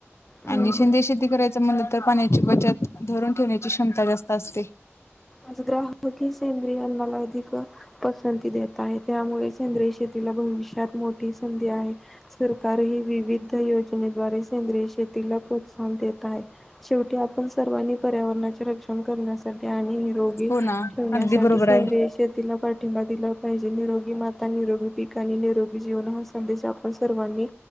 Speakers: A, in the centre; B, on the left (about 65°).
A: हम्म.
B: आणि शेंद्रीय शेती करायचं म्हटलं तर पाण्याची बचत धरून ठेवण्याची क्षमता जास्त असते. <unintelligible>
A: आज ग्राहक ही सेंद्रिय मालाला अधिक, पसंती देत आहे. त्यामुळे सेंद्रिय शेत तिला भविष्यात मोठी संधी आहे. सरकार ही विविध योज जने द्वारे सेंद्रिय शेतीला प्रोत्साहन देत. त आहे. शेवटी आपण सर्वांनी पर्यावरणाचे रक्षण करण्यासाठी आणि निरो
B: हो ना
A: ठेवण्यासाठी
B: अगदी बरोबर
A: सेंद्रीय
B: आहे.
A: शेतीला पाठिंबा दिला पाहिजे. निरोगी माता, निरोगी पिक आणि निरोगी जीवन हा संदेश आप ण सर्वांनी